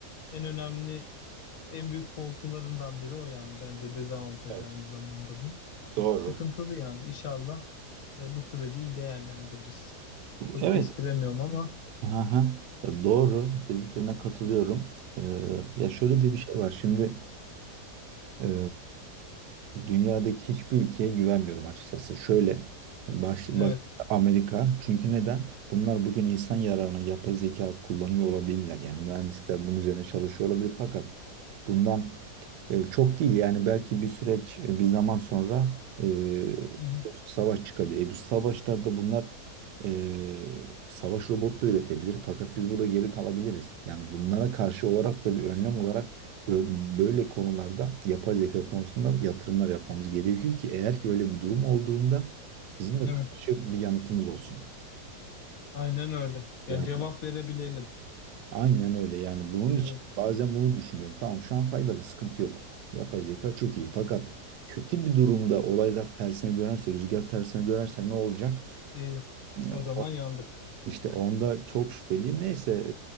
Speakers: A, on the left; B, on the right.
A: en önemli en büyük korkularından biri o yani bence dezavantaj
B: Evet,
A: aynı zamanda bu.
B: doğru.
A: Sıkıntılı yani inşallah e, bu süreci iyi değerlendiririz. Çok
B: Evet,
A: kestiremiyorum ama
B: Aha, ya doğru dediklerine katılıyorum. Ee, ya şöyle de bir şey var. Şimdi e, dünyadaki hiçbir ülkeye güvenmiyorum açıkçası. Şöyle baş, baş-
A: evet.
B: Amerika. Çünkü neden? Bunlar bugün insan yararına yapay zeka kullanıyor olabilirler. Yani mühendisler bunun üzerine çalışıyor olabilir fakat bundan e, Çok değil yani belki bir süreç e, bir zaman sonra e,
A: Hı hı.
B: biliyorsun savaş çıkabilir. E, bu savaşlarda bunlar e, savaş robotu da üretebilir fakat biz burada geri kalabiliriz. Yani bunlara karşı olarak da bir önlem olarak bö- böyle konularda yapay zeka konusunda yatırımlar yapmamız gerekiyor ki eğer ki öyle bir durum olduğunda bizim de
A: Evet.
B: karşı bir yanıtımız olsun.
A: Aynen öyle. Ya
B: Yani
A: cevap verebilelim.
B: Aynen öyle yani bunun
A: Evet.
B: için bazen bunu düşünüyorum. Tamam şu an faydalı sıkıntı yok. Yapay zeka çok iyi fakat kötü bir durumda olaylar tersine dönerse, rüzgar tersine dönerse ne olacak?
A: İyi.
B: Ya,
A: O zaman
B: o-
A: yandık.
B: İşte onda çok şüpheliyim. Neyse